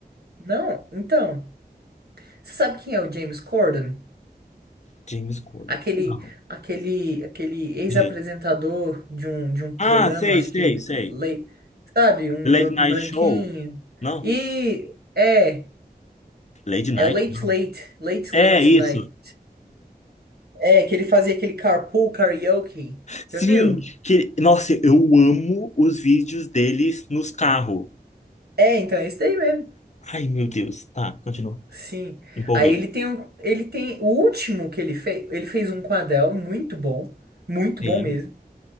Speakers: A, on the right; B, on the left.
A: Não? Então, você sabe quem é o James Corden?
B: James Corden,
A: Aquele,
B: não.
A: aquele, aquele ex-apresentador
B: Direito.
A: de um, de um programa,
B: Ah, sei,
A: acho
B: sei,
A: que,
B: sei.
A: lei, sabe, um,
B: Late
A: br-
B: Night
A: um branquinho.
B: Show, não.
A: E é,
B: Late Night,
A: é Late
B: não.
A: Late, Late
B: É
A: Late
B: isso.
A: Late. É, que ele fazia aquele carpool karaoke.
B: Sim,
A: Já viu?
B: que nossa, eu amo os vídeos deles nos carros.
A: É, então é esse daí mesmo.
B: Ai, meu Deus. Tá, continua.
A: Sim.
B: Empolguei.
A: Aí ele tem um, ele tem o último que ele fez, ele fez um quadel muito bom, muito
B: Sim.
A: bom mesmo.